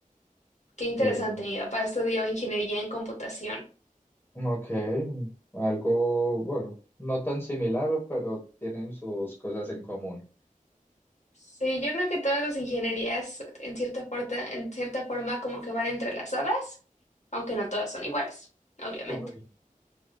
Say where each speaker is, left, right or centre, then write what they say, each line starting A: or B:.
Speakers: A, on the left; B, on the left.
A: qué interesante.
B: Sí,
A: Mi papá estudió ingeniería en computación.
B: ok, algo, bueno, no tan similar, pero tienen sus cosas en común.
A: Sí, yo creo que todas las ingenierías, en cierta forma, en cierta forma, como que van entrelazadas, aunque no todas son iguales, obviamente.
B: Uy,